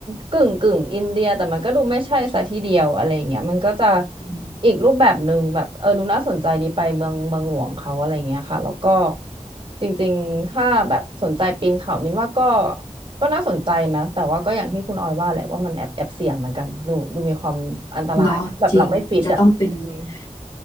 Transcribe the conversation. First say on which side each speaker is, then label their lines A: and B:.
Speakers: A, on the right (about 40°); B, on the left (about 45°).
A: กึ่งกึ่งอินเดียแต่มันก็ดูไม่ใช่ซะทีเดียวอะไรอย่างเงี้ยมันก็จะ
B: อืม
A: อีกรูปแบบหนึ่งแบบเออดูน่าสนใจดีไปเมืองเมืองหลวงเขาอะไรเงี้ยค่ะแล้วก็จริงๆถ้าแบบสนใจปีนเขามินว่าก็ก็น่าสนใจนะแต่ว่าก็อย่างที่คุณออยว่าแหละว่ามันแอบแอบเสี่ยงเหมือนกันดูดูมีความอันตรายแบบเราไม่ฟิตอ่ะอืม
B: เนาะจริงจะต้องเป็น <laughs>